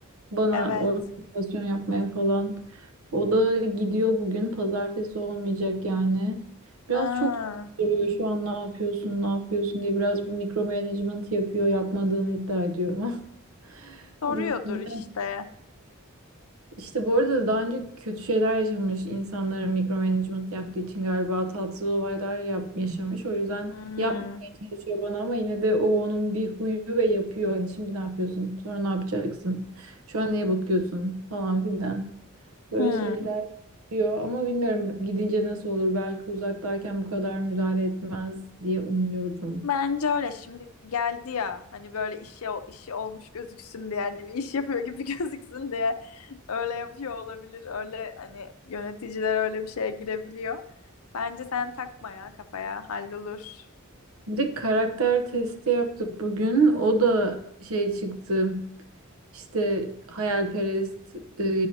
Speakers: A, on the right; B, on the left.
A: Bana
B: Evet.
A: organizasyon yapmaya falan. O da gidiyor bugün. Pazartesi olmayacak yani. Biraz
B: Ha,
A: çok soruyor şu an ne yapıyorsun, ne yapıyorsun diye biraz mikro management yapıyor, yapmadığını iddia ediyor ama.
B: soruyordur
A: <laughs>
B: işte.
A: İşte bu arada daha önce kötü şeyler yaşamış insanlara mikro management yaptığı için galiba tatsız olaylar yap yaşamış. O yüzden
B: Hmm.
A: yapmaya çalışıyor bana ama yine de o onun bir huyu ve yapıyor. Hani şimdi ne yapıyorsun? Sonra ne yapacaksın? Şu an neye bakıyorsun? Falan filan. Böyle
B: Hmm.
A: şeyler yapıyor ama bilmiyorum gidince nasıl olur. Belki uzaktayken bu kadar müdahale etmez diye umuyorum.
B: Bence öyle şimdi geldi ya hani böyle işi işi olmuş gözüksün diye yani bir iş yapıyor gibi <laughs> gözüksün diye öyle yapıyor olabilir öyle hani yöneticiler öyle bir şeye girebiliyor. Bence sen takma ya kafaya hallolur.
A: Bir de karakter testi yaptık bugün. O da şey çıktı. İşte hayalperest, e,